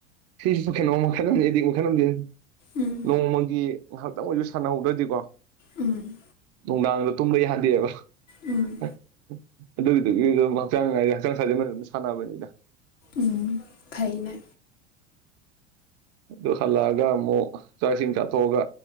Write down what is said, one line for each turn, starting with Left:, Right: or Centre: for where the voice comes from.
Right: ꯁꯤꯁꯤꯁꯨ ꯀꯩꯅꯣꯝ ꯃꯈꯜꯂꯝꯅꯤ ꯑꯦꯗꯤꯛ ꯃꯈꯜ ꯑꯃꯅꯤ
Left: ꯎꯝ
Right: ꯅꯣꯡꯃꯒꯤ ꯉꯥꯏꯍꯥꯛꯇꯪ ꯑꯣꯏꯁꯨ ꯁꯥꯟꯅꯍꯧꯗ꯭ꯔꯗꯤꯀꯣ
Left: ꯎꯝ꯫
Right: ꯅꯨꯡꯗꯥꯡꯗ ꯇꯨꯝꯕ ꯌꯥꯍꯟꯗꯦꯕ꯫
Left: ꯎꯝ
Right: <inaudible> ꯑꯗꯨꯗꯨꯒꯤ ꯑꯗꯨꯝ ꯍꯛꯆꯥꯡ ꯉꯥꯏꯗꯤ ꯍꯛꯆꯥꯡ ꯁꯥꯖꯦꯟ ꯑꯗꯨꯝ ꯁꯥꯟꯅꯕꯅꯤꯗ꯫
Left: ꯎꯝ ꯐꯩꯏꯅꯦ꯫
Right: ꯑꯗꯨ ꯍꯜꯂꯛꯑꯒ ꯑꯃꯨꯛ ꯆꯥꯛ ꯏꯁꯤꯡ ꯆꯥꯊꯣꯛꯑꯒ